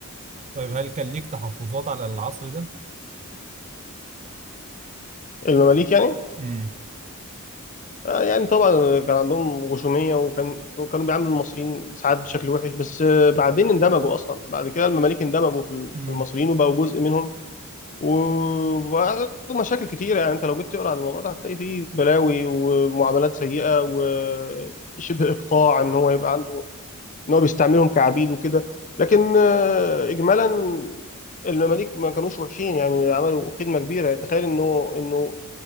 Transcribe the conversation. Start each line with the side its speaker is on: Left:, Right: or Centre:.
Right: طيب هل كان ليك تحفظات على العصر ده؟
Left: المماليك يعني
Right: امم
Left: آه، يعني طبعا كان عندهم غشومية وكان كانوا بيعاملوا المصريين ساعات بشكل وحش بس آه، بعدين اندمجوا أصلا بعد كده المماليك اندمجوا في ال-
Right: امم
Left: في المصريين وبقوا جزء منهم وبقى لهم مشاكل كتيرة يعني أنت لو جيت تقرأ عن الموضوع ده هتلاقي فيه بلاوي ومعاملات سيئة وشبه إقطاع إن هو يبقى عنده إن هو بيستعملهم كعبيد وكده لكن آه، إجمالا المماليك ما كانوش وحشين يعني عملوا خدمة كبيرة تخيل إنه إنه